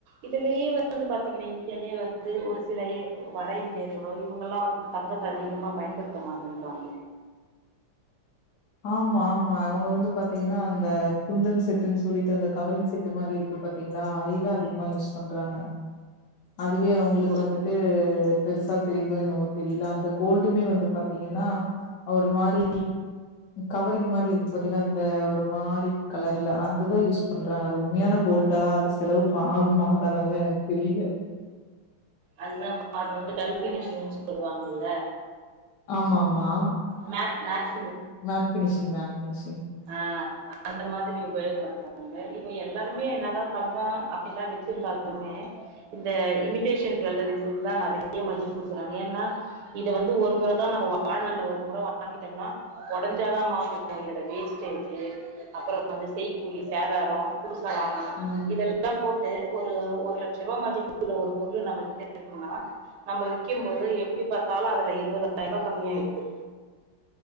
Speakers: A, on the right (about 80°); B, on the left (about 75°).
A: இதுலயை வந்து பாத்தீங்கன்னா இந்தியாலயே வந்து ஒரு சில எ வட இந் யுனு இவ்கல்லா வந்து தங்கத்த அதிகமா பயன்படுத்த மாட்டேன்றாங்க
B: ஆமா ஆமா அவுங்க வந்து பாத்தீங்கன்னா அந்த குந்தன் செட்டுன்னு சொல்லிட்டு அந்த கவரிங் செட்டு மாரி இருக்கு பாத்தீங்களா அதேதா அதிகமா யூஸ் பண்றாங்க அதுவே அவுங்களுக்கு
A: இப்போ
B: வந்துட்டு பெருசா தெரியுதோ என்னவோ தெரியல அந்த கோல்டுமே வந்து பாத் தீங்கன்னா ஒரு மாரி கவரிங் மாரி இருக்கு பாத்தீங்களா அந்த ஒரு மாரி கலர்ல அதுதா யூஸ் பண்றாங்க அது உண்மையான கோல்டா செலவு ப ஆகுமா ஆகாதல்லா எனக்கு தெரியல
A: அதுதான் பா அது வந்து டல்பினிஷினு சொல்லுவாங்கில்ல
B: ஆமா ஆமா
A: மேத் மேத்
B: மேட்ஃபினிஷிங் மேட்ஃபினிஷிங்
A: ஆ, அந்த மாரி உபயோகப்படுத்தலா இப்ப எல்லாருமே என்ன தா தங்கோ அப்படில்லா வச்சிருந்தாலமே இந்த இமிடேஷன் ஜுவள்ளரிசக்கு தா நறையா மதிப்பு குடுக்குறாங்க ஏன்னா இத வந்து ஒரு முறை தா நம்ம வாழ்னால்ல ஒரு முறை வாங்கிட்டோம்னா ஒடஞ்சாதா மாத்தனு இந்த வேஸ்டேஜு அப்புறோ வந்து செய்க்கூலி சேதாரோ புதுசா வாங்க
B: உம்
A: போட்டு ஒரு ஒரு லட்சோ ரூபா மதிப்பு உள்ள ஒரு பொருள் நம்ம மதி இருக்குனா நம்ம விக்கும் போது எப்படி பாத்தாலு அதுல இருபதாயிரூபா கம்மி ஆருயிச்சு